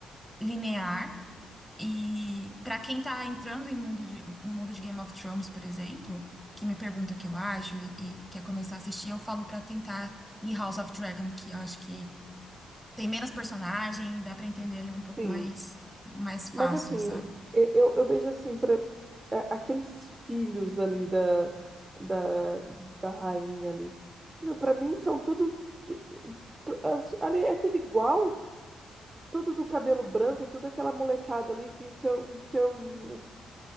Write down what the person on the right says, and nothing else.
sim.
Mas assim,
e- eu, eu vejo assim, pra, a- aqueles filhos ali da, da, da rainha ali. Meu, pra mim são tudo. tu- as- Ali é tudo igual, tudo do cabelo branco, tudo aquela molecada ali que, que eu, que eu,